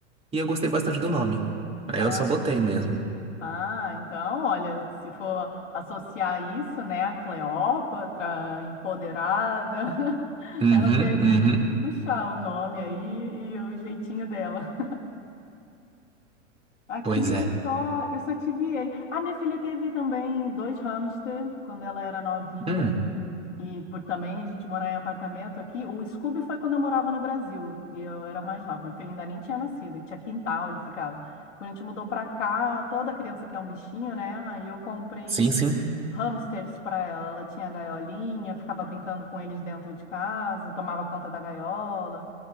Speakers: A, on the right; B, on the left.
A: E eu gostei bastante do nome. Aí
B: Ah,
A: eu só botei mesmo.
B: ah, então, olha, se for associar isso, né, a Cleópatra, empoderada, <laughs>
A: Uhum,
B: ela teve
A: uhum.
B: aí que puxar o nome aí e o jeitinho dela. Aqui
A: Pois
B: eu
A: é.
B: só, eu só tive ele. A minha filha teve também dois hamster quando ela era novinha.
A: Hum,
B: E por também a gente morar em apartamento aqui. O Scooby foi quando eu morava no Brasil. E eu era mais nova. Minha filha ainda nem tinha nascido. Tinha quintal, ele ficava. Quando a gente mudou pra cá, toda criança quer um bichinho, né? Aí eu comprei
A: sim, sim.
B: hamsters pra ela. Ela tinha a gaiolinha, ficava brincando com eles dentro de casa, tomava conta da gaiola.